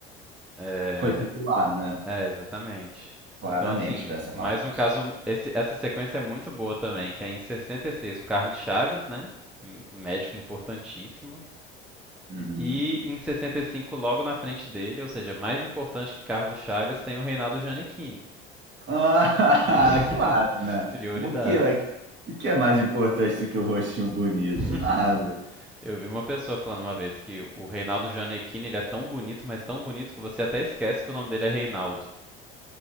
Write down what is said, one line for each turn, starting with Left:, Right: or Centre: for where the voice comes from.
Centre: É,
Right: Foi popular, né?
Centre: É, exatamente.
Right: Claramente,
Centre: Então, assim,
Right: foi essa bagunça.
Centre: mais um caso. esse- essa sequência é muito boa também, que é em 66 o Carlos Chagas, né? um Médico importantíssimo.
Right: Uhum.
Centre: E em 65, logo na frente dele, ou seja, mais importante que Carlos Chagas, tem o Reinaldo Gianecchini.
Right: Ah,
Centre: Que. <laughs>
Right: <laughs> claro, né?
Centre: Prioridades.
Right: O que, é, o que é mais importante do que o rostinho bonito?
Centre: <laughs>
Right: Nada.
Centre: Eu vi uma pessoa falando uma vez que o Reinaldo Gianecchini ele é tão bonito, mas tão bonito que você até esquece que o nome dele é Reinaldo.